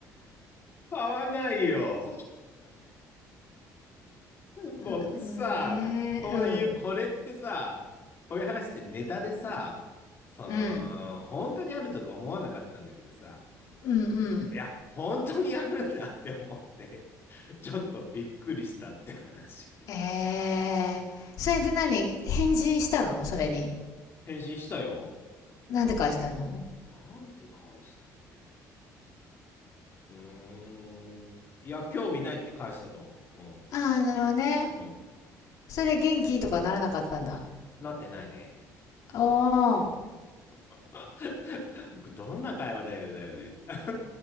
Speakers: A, on the left; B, on the left.
A: 買わないよ。
B: うん、
A: 僕さ、
B: ねうん。
A: こういう、これってさ、こういう話ってネタでさ、その、
B: うん。
A: 本当にあるとか思わなかったんだけどさ、
B: うん、うん。
A: いや、本当にあるんだって思って、ちょっとびっくりしたって話。
B: えー。それで何返信したのそれに。
A: 返信したよ。
B: なんて返したの
A: なんて返したっけな。うーん。いや、興味ないって返したと思う。うん。
B: ああー、なるほどね。
A: うん。
B: それで元気とかならなかったんだ。
A: なってないね。
B: おー。
A: <laughs> どんな会話だよ、だよね。<laughs>